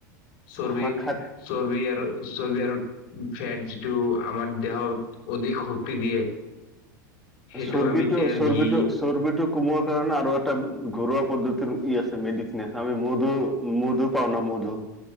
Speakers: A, on the left; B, in the centre.
A: চৰ্বি
B: শাখাত
A: চৰ্বি আৰু চৰ্বি আৰু ফেট যিটো আমাৰ দেহত অধিক শক্তি দিয়ে। সেইটো
B: চৰ্বিটো
A: আমি তেল,
B: চৰ্বিটো
A: ঘি
B: চৰ্বিটো কমোৱাৰ কাৰণে আৰু এটা ঘৰুৱা পদ্ধতিৰ ই আছে মেডিচিনে আমি মধু মধু পাওঁ ন মধু